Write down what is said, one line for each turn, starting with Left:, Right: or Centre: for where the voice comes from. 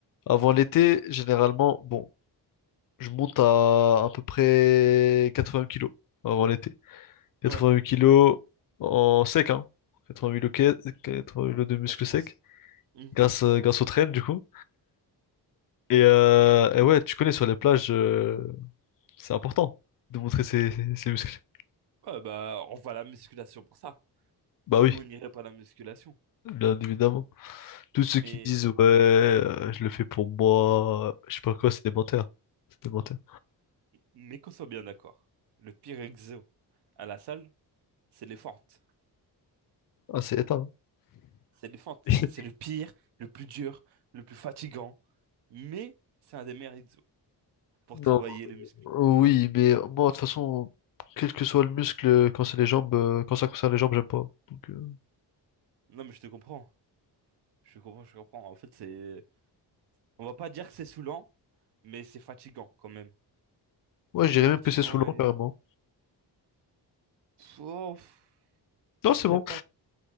Left: Avant l'été, généralement, bon, je monte à à peu près 80 kilos avant l'été. 88
Right: Ouais.
Left: kilos en sec, hein. 88 kilos, 88
Right: Ah,
Left: kilos de muscles
Right: La chance.
Left: secs.
Right: Hmm.
Left: Grâce, euh, grâce au train, du coup. Et, euh, et ouais, tu connais sur les plages, euh, c'est important de montrer ses, ses- ses muscles.
Right: Ouais, bah, on va à la musculation pour ça.
Left: Bah
Right: Sinon,
Left: oui,
Right: on n'irait pas à la musculation.
Left: bien évidemment. Tous ceux
Right: Mais,
Left: qui disent ouais, euh, je le fais pour moi, je sais pas quoi, c'est des menteurs. C'est des menteurs.
Right: mais qu'on soit bien d'accord. Le pire exo à la salle, c'est les fentes.
Left: Ah, c'est éteint.
Right: C'est les fentes.
Left: <laughs>
Right: C'est le pire, le plus dur, le plus fatigant. Mais c'est un des meilleurs exos pour travailler
Left: Non,
Right: les muscles.
Left: oui, mais moi, de toute façon, quel que soit le muscle, quand c'est les jambes, euh, quand ça concerne les jambes, j'aime pas. Donc, euh,
Right: Non, mais je te comprends. Je comprends, je comprends. En fait, c'est. On va pas dire que c'est saoulant, mais c'est fatigant quand même.
Left: ouais,
Right: Ça,
Left: je
Right: c'est
Left: dirais
Right: fatigant
Left: même que c'est saoulant,
Right: et.
Left: carrément.
Right: Pff, oh, pff,
Left: Non,
Right: je
Left: c'est
Right: serais
Left: bon.
Right: pas,